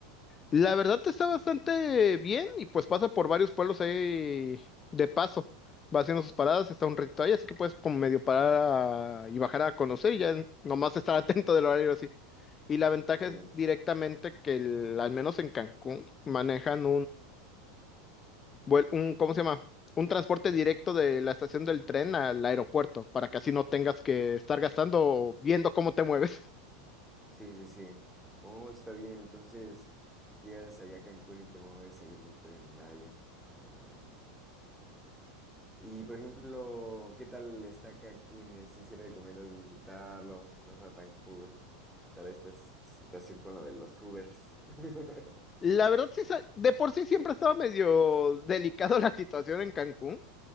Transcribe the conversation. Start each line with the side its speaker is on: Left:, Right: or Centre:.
Left: La verdad está bastante bien, y pues pasa por varios pueblos ahí de paso. Va haciendo sus paradas, está un ratito ahí, así que puedes como medio parar a- y bajar a conocer, y ya nomás estar <laughs> atento del horario así. Y la ventaja
Centre: Sí,
Left: es
Centre: sí,
Left: directamente
Centre: sí.
Left: que el- al menos en Cancún manejan vuel- un, ¿cómo se llama? Un transporte directo de la estación del tren al aeropuerto, para que así no tengas que estar gastando o viendo cómo te mueves. <laughs>
Centre: Sí, sí, sí. Oh, está bien. Entonces, llegas allá a Cancún y te mueves ahí en el tren Maya. Ah. Interesante. Y por ejemplo, ¿qué tal está Cancún y así si recomiendas visitarlo? No está tan cool. Tal esta s- situación con lo de los Ubers. <laughs>
Left: La verdad, sí, sa- de por sí siempre estaba medio delicado <laughs> la situación en Cancún.